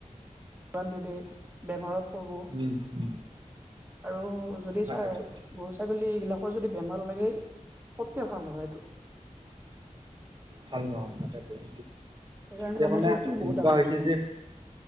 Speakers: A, on the right (about 15°); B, on the right (about 35°).
A: <unintelligible> বেমাৰত কৰ
B: উম উম
A: আৰু যদি
B: তাকেতো
A: চাই গৰু ছাগলী এইবিলাক আৰু যদি বেমাৰ লাগে পতকে ভাল নহয় এইটো
B: ভাল নহয় তাতে <unintelligible>
A: সেইকাৰণে
B: এতিয়া মানে
A: সেইটো বহুত
B: এনেকুৱা
A: ডাঙৰ
B: হৈছে
A: বস্তু
B: যে